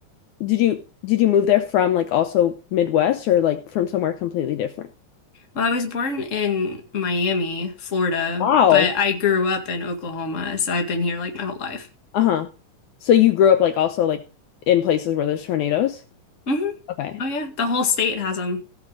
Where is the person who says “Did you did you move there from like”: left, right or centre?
Left